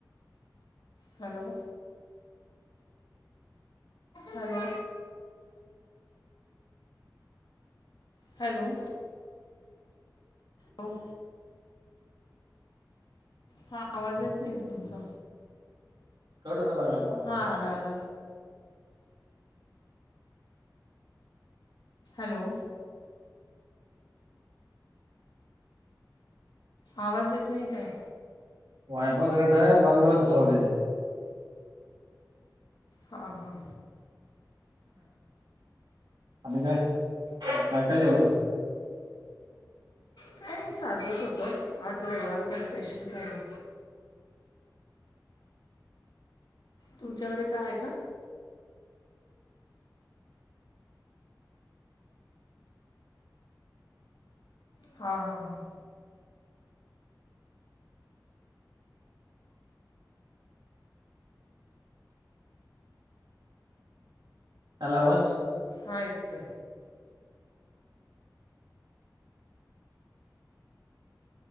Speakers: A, on the left (about 80°); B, on the right (about 80°).
A: हॅलो हला हॅलो हो हा आवाज येत नाही तुमचा
B: काट सणारग
A: हा आला आला हॅलो आवाज येत नाही काय
B: वायप कनटय नम गव त स आहे
A: हां हां
B: आणि काय काय काय जेवल
A: काय नाही साजत होत आज रविवार का स्पेशल काहीम तुमच्याकडे कायय का हा हां हां
B: हॅलोस
A: हात